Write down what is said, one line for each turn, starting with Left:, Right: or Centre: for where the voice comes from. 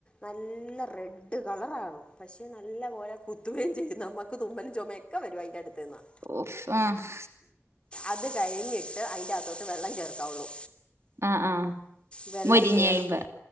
Left: നല്ല റെഡ് കളറാകും. പക്ഷെ നല്ല പോലെ കുത്തുകയും ചെയ്യും നമ്മുക്ക് തുമ്മലും ചുമ ഒക്കെ വരുംഅയ്ന്റട്ത് നിന്നാ-
Right: ഓഫ് ആഹ്
Left: അത് കഴിഞ്ഞിട്ട് അതിന്റെകത്തോട്ട് വെള്ളം ചേർക്കാവുള്ളൂ.
Right: ആഹ് ആഹ്-
Left: വെള്ളം
Right: മൊരിഞ്ഞ്
Left: ചേർത്ത്
Right: കഴിയുമ്പോ